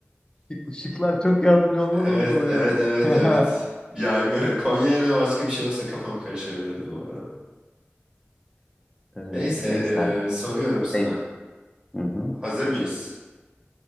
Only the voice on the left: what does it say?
Şık- Şıklar çok yardımcı olmadınız
bana
ya.
<laughs>
Ee,
neyse abi.
Neyse. Hı hı.